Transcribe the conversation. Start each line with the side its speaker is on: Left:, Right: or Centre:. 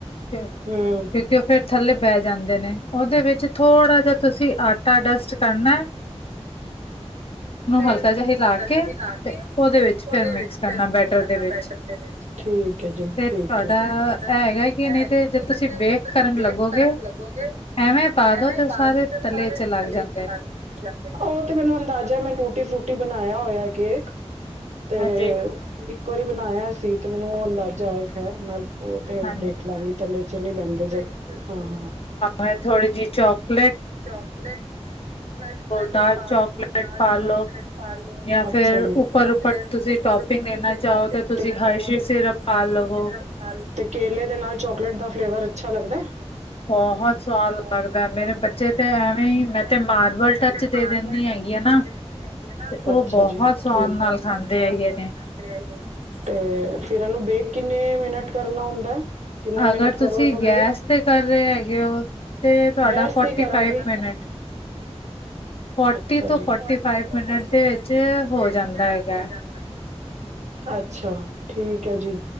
Left: ਕਿਉਂਕਿ
Right: ਹਮ
Left: ਓ ਫੇਰ ਥੱਲੇ ਬਹਿ ਜਾਂਦੇ ਨੇ। ਓਦੇ ਵਿੱਚ ਥੋੜ੍ਹਾ ਜਿਆ ਤੁਸੀ ਆਟਾ ਡਸਟ ਕਰਨੈ।
Right: ਫੇਰ
Left: ਹਲਕਾ ਜਿਹਾ
Right: ਉਨੂੰ
Left: ਹਿਲਾ
Right: ਹਲਕਾ
Left: ਕੇ
Right: ਜਿਆ ਹਿਲਾ ਕੇ
Left: ਉਹਦੇ
Right: ਤੇ
Left: ਵਿੱਚ ਫਿਰ
Right: ਓਦੇ
Left: ਮਿਕਸ
Right: ਵਿੱਚ
Left: ਕਰਨਾ
Right: ਫਿਰ ਮਿਕਸ
Left: ਬੈਟਰ
Right: ਕਰਨਾ
Left: ਦੇ ਵਿੱਚ
Right: ਬੈਟਰ ਦੇ ਵਿੱਚ। ਠੀਕ ਐ ਜੀ
Left: ਤੇ
Right: ਠੀਕ
Left: ਤੁਹਾਡਾ
Right: ਐ। ਤੇ ਤੁਆਡਾ
Left: ਇਹ
Right: ਐ
Left: ਹੈਗਾ ਕਿ ਨਹੀਂ
Right: ਹੈਗਾ
Left: ਤੇ
Right: ਕਿ
Left: ਜੇ ਤੁਸੀਂ
Right: ਨਈ ਤੇ
Left: ਬੇਕ
Right: ਦੇਖੋ
Left: ਕਰਨ
Right: ਜੇ ਬੇਕ
Left: ਲੱਗੋਗੇ
Right: ਕਰਨ ਲੱਗੋਗੇ
Left: ਐਵੇਂ ਪਾ ਦੋ
Right: ਐਵੇਂ
Left: ਤੇ
Right: ਪਾਦੇ
Left: ਸਾਰੇ
Right: ਤੇ ਸਾਰੇ
Left: ਤਲੇ ਚ ਲੱਗ
Right: ਥੱਲੇ
Left: ਜਾਂਦੇ
Right: ਚਲਾ ਗ ਓ ਤੇ ਮੈਨੂੰ ਅੰਦਾਜ਼ਾ ਮੈਂ ਟੂਟੀ ਫਰੂਟੀ ਬਣਾਇਆ ਹੋਇਆ ਕੇਕ। ਤੇ
Left: ਹਾਜੀ
Right: ਇੱਕ ਵਾਰੀ ਬਣਾਇਆ ਅਸੀ ਤੇ ਮੈਨੂੰ ਐ ਅੰਦਾਜ਼ਾ ਏ ਖੈਰ ਮੈਂ ਓ ਤੇ
Left: ਹਨ
Right: ਦੇਖ ਲਾਂਗੀ ਤਲੇ ਚ ਨੀ ਬੈੰਦੇ ਦੇ ਜ ਹਾਂ ਹਾਂ
Left: ਓ ਥੋੜੀ ਜੀ ਚੋਕਲੇਟ
Right: ਚੋਕਲੇਟ ਕਰਸ਼ ਕਰਕੇ
Left: ਡਾਰਕ
Right: ਪਾ
Left: ਚਾਕਲੇਟ
Right: ਲਵੋ ਡਾਰਕ
Left: ਪਾ
Right: ਚੌਕਲੇਟ
Left: ਲਓ
Right: ਪਾ ਲੋ
Left: ਜਾਂ
Right: ਅੱਛਾ
Left: ਫਿਰ
Right: ਜੀ
Left: ਉੱਪਰ
Right: ਜਾਂ
Left: ਉੱਪਰ
Right: ਫੇਰ
Left: ਤੁਸੀਂ
Right: ਉੱਪਰ
Left: ਟੌਪਿੰਗ
Right: ਉਪਰ
Left: ਦੇਣਾ
Right: ਤੁਸੀਂ
Left: ਚਾਹੋ
Right: ਟੋਪਿੰਗ
Left: ਤੇ ਤੁਸੀਂ
Right: ਦੇਣਾ
Left: ਹਰਸ਼ੀ
Right: ਚਾਹੋ ਤੇ
Left: ਸਿਰਪ
Right: ਤੁਸੀਂ
Left: ਪਾ
Right: ਹਰ
Left: ਲਵੋ
Right: ਚੀਜ਼ ਸਿਰ ਤੇ ਕੇਲੇ ਦੇ ਨਾਲ ਚੋਕਲੇਟ ਦਾ ਫਲੇਵਰ ਅੱਛਾ ਲੱਗਦੈ?
Left: ਬਹੁਤ ਸਵਾਦ
Right: ਬਹੁਤ
Left: ਲੱਗਦਾ ਹੈ।
Right: ਸਵਾਦ
Left: ਮੇਰੇ ਬੱਚੇ
Right: ਲੱਗਦੈ
Left: ਤੇ
Right: ਮੇਰੇ
Left: ਐਵੇਂ
Right: ਬੱਚੇ
Left: ਹੀ ਮੈਂ
Right: ਤੇ ਐਵੇਂ
Left: ਮਾਰਬਲ
Right: ਈ ਮੈਂ
Left: ਟੱਚ
Right: ਤੇ
Left: ਦੇ
Right: ਮਾਰਬਲ
Left: ਦਿੰਦੀ ਹੈਗੀ
Right: ਟੱਚ
Left: ਆ
Right: ਦੇ
Left: ਨਾ
Right: ਦਿੰਦ ਹੈਗੀ ਐ ਨਾ,
Left: ਤੇ ਉਹ
Right: ਅੱਛਾ
Left: ਬਹੁਤ
Right: ਜੀ
Left: ਸਵਾਦ
Right: ਓ ਬੋਤ
Left: ਨਾਲ ਖਾਂਦੇ
Right: ਸਵਾਦ
Left: ਹੈਗੇ
Right: ਨਾਲ
Left: ਨੇ
Right: ਖਾਂਦੀ ਤੇ ਫਿਰ ਓਨੂੰ ਬੇਕ ਕਿੰਨੇ ਮਿੰਨਟ ਕਰਨਾ ਹੁੰਦੈ। ਕਿੰਨੇ ਮਿੰਨਟ
Left: ਅਗਰ
Right: ਕਰੋ
Left: ਤੁਸੀਂ
Right: ਓਨੂੰ
Left: ਗੈਸ
Right: ਬੇਕ
Left: ਤੇ ਕਰ ਰਹੇ ਹੈਗੇ ਹੋ ਤੇ ਤੁਹਾਡਾ
Right: ਗੈਸ
Left: ਫੋਰਟੀ
Right: ਤੇ ਈ ਕਰਾਂਗੀ।
Left: ਫਾਈਵ ਮਿੰਟ ਫੋਰਟੀ
Right: ਅੱਛਾ
Left: ਤੋਂ
Right: ਜੀ,
Left: ਫੋਰਟੀ
Right: ਫੌਟੀ
Left: ਫਾਈਵ
Right: ਤੋਂ
Left: ਮਿੰਟ
Right: ਫੌਟੀ
Left: ਦੇ
Right: ਫਾਈਵ
Left: ਵਿੱਚ
Right: ਮਿੰਨਟ
Left: ਹੋ
Right: ਏਚ
Left: ਜਾਂਦਾ ਹੈਗਾ
Right: ਹੋ
Left: ਹੈ।
Right: ਜਾਂ ਅੱਛਾ। ਠੀਕ ਐ ਜੀ,